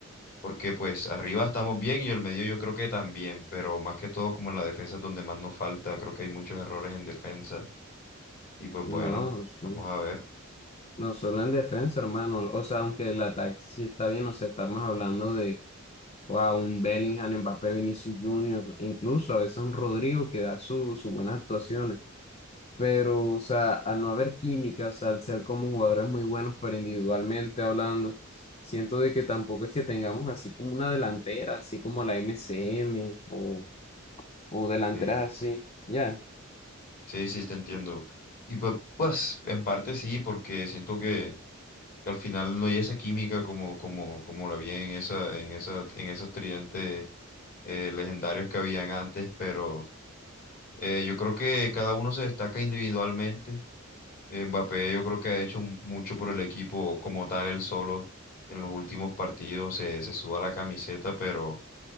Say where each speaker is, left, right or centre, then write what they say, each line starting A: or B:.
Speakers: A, on the left; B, on the left.
A: porque pues arriba estamos bien y el medio yo creo que también, pero más que todo como en la defensa es donde más nos falta, creo que hay muchos errores en defensa y pues bueno,
B: no, sí.
A: vamos a ver.
B: No solo en defensa, hermano. O sea, aunque el ataque sí está bien, o sea, estamos hablando de Wow, un Bellingham, Mbappé, Vinicius Junior, incluso a veces un Rodrigo que da su- sus buenas actuaciones. pero, o sea, al no haber química, o sea, al ser como jugadores muy buenos, pero individualmente hablando, siento de que tampoco es que tengamos así como una delantera, así como la MCM o, o delanteras
A: sí.
B: así, ya.
A: Sí, sí, te entiendo. Y pues, pues, en parte sí, porque siento que, que al final no hay esa química como, como, como la había en esa, en esa, en esos tridentes eh, legendarios que habían antes, pero eh, yo creo que cada uno se destaca individualmente. Mbappé yo creo que ha hecho mu- mucho por el equipo como tal, él solo en los últimos partidos se, se suba la camiseta, pero